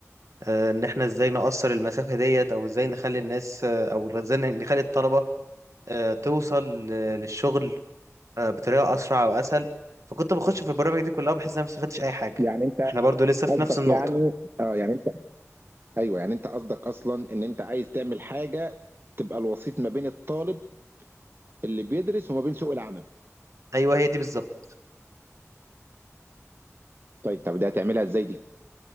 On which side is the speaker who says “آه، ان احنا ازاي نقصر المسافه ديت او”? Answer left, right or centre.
Right